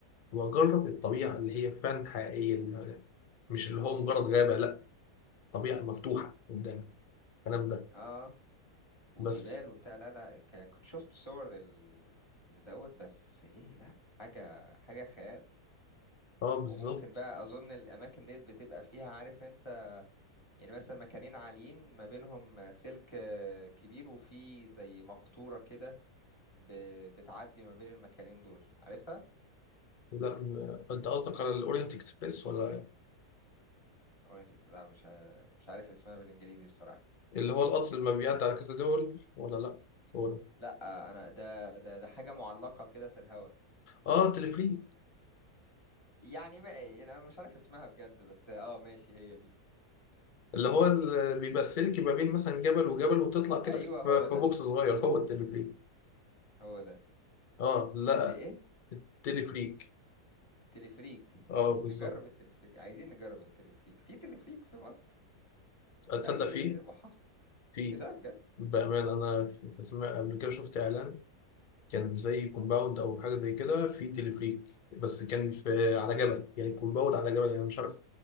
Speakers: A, on the left; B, on the left.
A: وأجرب الطبيعة اللي هي فعلا حقيقية اللي مش اللي هو مجرد غابة لأ طبيعة مفتوحة قدامك الكلام ده
B: اه والجبال
A: بس
B: وبتاع لا لا ك- كنت شفت صور لل- لدوت بس ايه لا حاجة حاجة خيال
A: أه بالظبط
B: وممكن بقى اظن الاماكن ديت بتبقى فيها عارف انت يعني مثلا مكانين عاليين ما بينهم سلك آه، كبير وفيه زي مقطورة كده ب- بتعدي ما بين المكانين دول عارفها
A: لا م- أنت قصدك على الأورينت إكسبريس ولا إيه؟
B: أغنية لا مش ع- مش عارف اسمها بالإنجليزي بصراحة
A: اللي هو القطر اللي ما بيعدي على كذا دول ولا لأ؟ مش هو ده
B: لا أنا ده ده ده حاجة معلقة كده في الهوا
A: أه تلفريك
B: يعني ما يعني أنا مش عارف اسمها بجد بس اه ماشي هي دي
A: اللي هو اللي بيبقى السلك ما بين مثلا جبل وجبل وتطلع كده
B: أيوه
A: في
B: هو ده
A: في بوكس صغير
B: هو
A: هو
B: ده
A: التليفريك
B: هو ده
A: اه لا
B: تلي إيه
A: التليفريك
B: تلفريك
A: اه
B: ماشي
A: بالظبط
B: نجرب التلفريك عايزين نجرب التلفريك في تلفريك في مصر
A: اتصدق
B: في أي
A: فيه
B: محافظة
A: فيه
B: إيه ده بجد
A: بأمانة أنا في في سمع قبل كده شفت إعلان كان زي كومباوند أو حاجة زي كده فيه تليفريك بس كان في على جبل يعني كومباوند على جبل يعني مش عارف